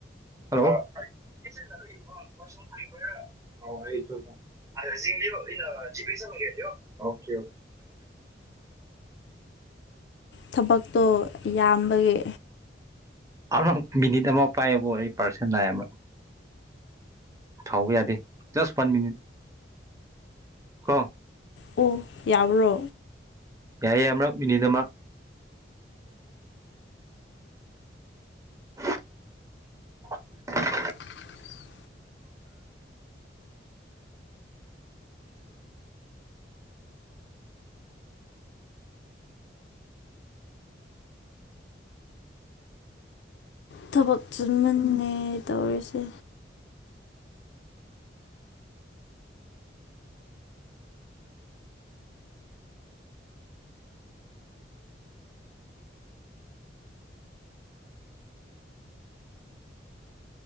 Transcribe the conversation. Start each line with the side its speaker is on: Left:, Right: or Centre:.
Right: ꯍꯜꯂꯣ <unintelligible> <unintelligible> <unintelligible> ꯑꯣꯀꯦ <unintelligible>
Left: ꯊꯕꯛꯇꯣ ꯌꯥꯝꯕꯒꯤ
Right: ꯑꯔꯃꯛ ꯃꯤꯅꯤꯠ ꯑꯃ ꯄꯥꯏꯌꯣꯀꯣ ꯑꯩ ꯄꯔꯁꯟ ꯂꯥꯑꯦꯕꯥ ꯊꯥꯎꯕ ꯌꯥꯗꯦ ꯖꯁ ꯋꯥꯟ ꯃꯤꯅꯤꯠ ꯀꯣ
Left: ꯑꯣ ꯌꯥꯕ꯭ꯔꯣ?
Right: ꯌꯥꯏꯌꯦ ꯑꯃꯔꯛ ꯃꯤꯅꯤꯠ ꯑꯃ <unintelligible>
Left: <inaudible> ꯊꯕꯛ ꯆꯤꯟꯃꯟꯅꯦ ꯇꯧꯔꯤꯁꯦ